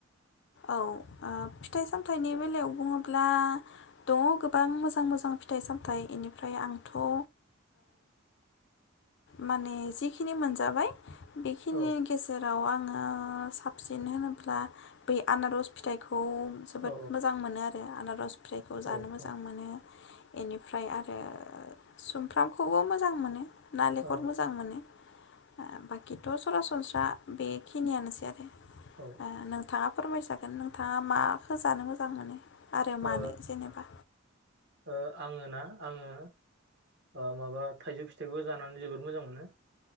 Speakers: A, on the left; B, on the right.
A: औ फिथाइ सामथाइनि बेलायाव बुङोब्ला दङ गोबां मोजां मोजां फिथाइ सामथाइ इनिफ्राय आंथ ओ माने जिखिनि मोनजाबाय बेखिनि
B: औ
A: गेजेराव आं आङो साबसिन होनोब्ला बै आनारस फिथाइ खौ जोबोद
B: औ
A: मोजां मोनो आरो आनारस फिथाइखौ
B: औ
A: जानो मोजां
B: औ
A: मोनो बेनिफ्राय आरो सुमफ्रामखौबो मोजां मोनो नालेंखर
B: औ
A: मोजां मोनो ओ बाकि थ सरासनस्रा बेखिनियानोसै आरो
B: औ
A: ओ नोंथाङा फोरमायजागोन नोंथाङा माखौ जानो मोजां मोनो? आरो मानो
B: ओ
A: जेनेबा
B: ओ आङो ना आङो ओ माबा थाइजौ फिथाइखौ जानानै जोबोद मोजां मोनो